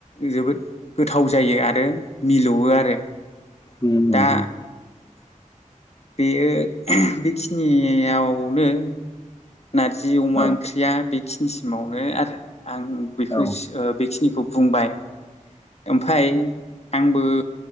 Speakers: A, on the left (about 50°); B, on the left (about 30°).
A: जोबोद गोथाव जायो आरो मिलौवो आरो
B: उम उम
A: दा
B: उम
A: बेयो बेखिनियावनो नारजि अमा
B: औ
A: ओंख्रिया बेखिनिसिमावनो आरो आं बेखौ
B: औ
A: बेखिनिखौ बुंबाय ओमफ्राय आंबो